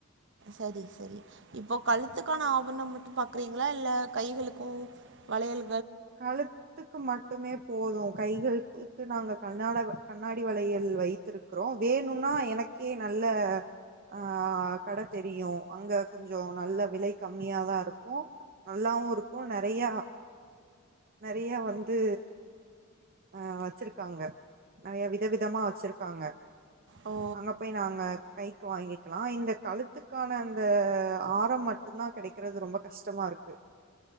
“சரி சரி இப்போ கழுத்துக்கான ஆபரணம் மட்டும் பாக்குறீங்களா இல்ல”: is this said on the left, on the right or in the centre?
Right